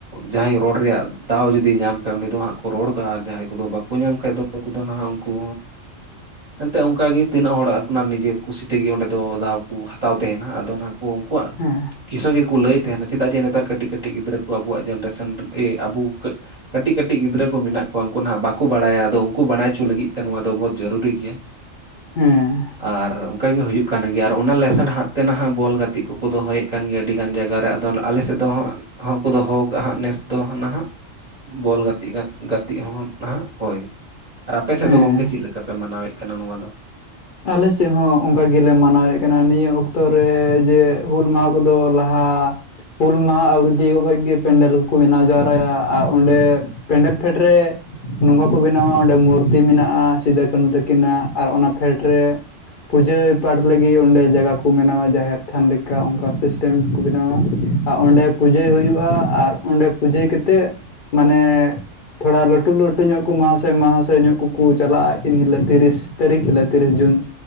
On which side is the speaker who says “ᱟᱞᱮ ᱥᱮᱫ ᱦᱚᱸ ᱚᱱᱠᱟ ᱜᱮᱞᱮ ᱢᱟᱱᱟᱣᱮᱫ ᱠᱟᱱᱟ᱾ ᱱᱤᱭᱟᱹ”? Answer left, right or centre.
Left